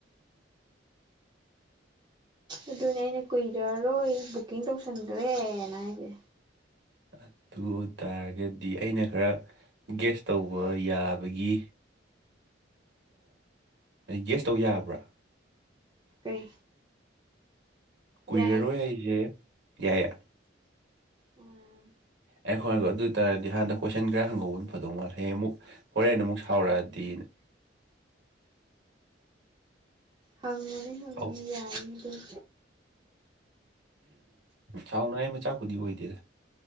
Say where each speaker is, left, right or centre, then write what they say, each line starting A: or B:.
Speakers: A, on the right (about 25°); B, on the right (about 65°).
A: ꯑꯗꯨꯅꯦ ꯑꯩꯅ ꯀꯨꯏꯔꯔꯣꯏ ꯕꯨꯛꯀꯤꯡ ꯇꯧꯁꯟꯒ꯭ꯔꯦꯅ ꯍꯥꯏꯁꯦ
B: ꯑꯗꯨ ꯇꯔꯒꯗꯤ ꯑꯩꯅ ꯈꯔ ꯒꯦꯁ ꯇꯧꯕ ꯌꯥꯕꯒꯤ ꯑ ꯒꯦꯁ ꯇꯧ ꯌꯥꯕ꯭ꯔꯥ
A: ꯀꯩ
B: ꯀꯨꯏꯔꯔꯣꯏ
A: ꯌꯥꯏꯅꯦ
B: ꯍꯥꯏꯁꯦ ꯌꯥꯏꯌꯦ
A: ꯎꯝ
B: ꯑꯩꯈꯣꯏꯔꯒ ꯑꯗꯨ ꯑꯣꯏꯇꯥꯔꯗꯤ ꯍꯥꯟꯅ ꯀꯣꯏꯁꯟ ꯈꯔ ꯍꯪꯒꯧꯕ ꯐꯗꯧ ꯃꯥꯜꯂꯦꯌꯦ ꯑꯃꯨꯛ ꯍꯣꯔꯦꯟ ꯑꯃꯨꯛ ꯁꯥꯎꯔꯛꯑꯗꯤ
A: ꯍꯪꯉꯅꯤ ꯍꯪꯉꯅꯤ
B: ꯁꯥꯎ-
A: ꯌꯥꯏꯅ ꯑꯗꯨꯝ
B: ꯁꯥꯎꯅꯉꯥꯏ ꯃꯆꯥꯛꯄꯨꯗꯤ ꯑꯣꯏꯗꯦꯗ